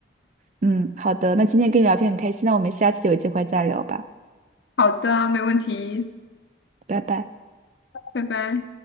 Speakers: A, on the right (about 40°); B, on the left (about 75°).
A: 嗯，好的，那今天跟你聊天很开心，那我们下次有机会再聊吧，
B: 好的，没问题，
A: 拜拜。
B: 拜拜。